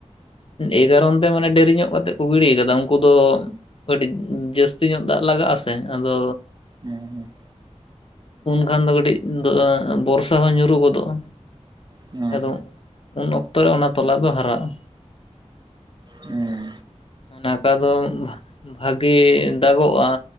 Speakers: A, on the left; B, on the right.
A: ᱮᱜᱟᱨᱚ ᱚᱱᱛᱮ ᱢᱟᱱᱮ ᱰᱮᱨᱤ ᱧᱚᱜ ᱠᱟᱛᱮᱜ ᱠᱚ ᱜᱤᱲᱤ ᱟᱠᱟᱫᱟ ᱩᱱᱠᱩ ᱫᱚ ᱠᱟᱹᱴᱤᱡ᱾ ᱡᱟᱹᱥᱛᱤ ᱧᱚᱜ ᱫᱟᱜ ᱞᱟᱜᱟᱜᱼᱟ ᱥᱮ ᱟᱫᱚ᱾
B: ᱦᱮᱸ ᱦᱮᱸ᱾
A: ᱩᱱᱠᱷᱟᱱ ᱫᱚ ᱠᱟᱹᱴᱤᱡ ᱵᱚᱨᱥᱟ ᱦᱚᱸ ᱧᱩᱨᱩ ᱜᱚᱫᱚᱜᱼᱟ᱾
B: ᱦᱮᱸ
A: ᱟᱫᱚ ᱩᱱ ᱚᱠᱛᱚᱨᱮ ᱚᱱᱟ ᱛᱚᱞᱟ ᱫᱚ ᱦᱟᱨᱟᱜᱼᱟ᱾
B: ᱦᱮᱸ
A: ᱚᱱᱟᱠᱟ ᱫᱚ ᱵᱦᱟ ᱵᱷᱟᱜ᱾ ᱜᱤ ᱫᱟᱜᱚᱜᱼᱟ